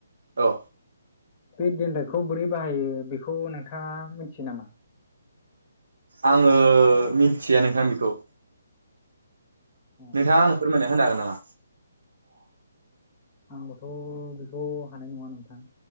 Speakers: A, on the right; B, on the left.
A: औ
B: बे देनद्रखौ बोरै बाहायो बेखौ नोंथाङा मिथियो नामा?
A: आङो मिथिया नोंथां बिखौ।
B: अ
A: नोंथाङा नों फोरमायना होनो हागोन नामा?
B: आंबोथ' बेखौ हानाय नङा नोंथां।